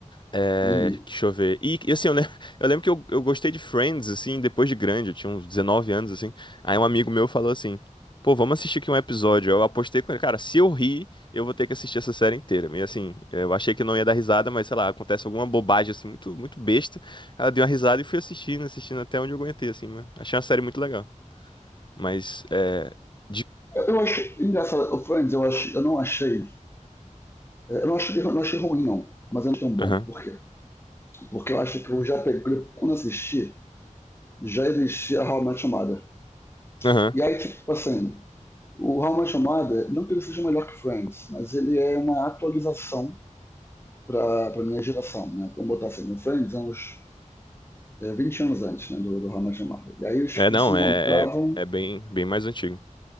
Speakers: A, on the left; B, on the left.
A: É,
B: uhum.
A: deixa eu ver. E e, assim, eu lembro, <laughs> eu lembro que eu, eu gostei de Friends, assim, depois de grande, eu tinha uns 19 anos, assim. Aí um amigo meu falou assim: pô, vamos assistir aqui um episódio. Eu apostei com ele, cara, se eu rir, eu vou ter que assistir essa série inteira. E assim, eu achei que não ia dar risada, mas sei lá, acontece alguma bobagem, assim, muito, muito besta. Ela deu uma risada e fui assistindo, assistindo até onde eu aguentei, assim, mas achei uma série muito legal. Mas, é. De...
B: eu, eu acho engraçado, o Friends, eu, acho, eu não achei. é, Eu não achei, eu não achei ruim, não, mas eu não achei tão bom.
A: Aham,
B: Por quê? Porque eu acho que eu já peguei, quando assisti, já existia How I Met Your Mother.
A: aham.
B: E aí, tipo, assim, o How I Met Your Mother, não que ele seja melhor que Friends, mas ele é uma atualização pra, pra minha geração, né? Vamos botar assim, no Friends é uns é, 20 anos antes, né, do, do How I Met Your Mother. E aí eles
A: É,
B: eles
A: não,
B: se encontravam,
A: é, é, é bem, bem mais antigo.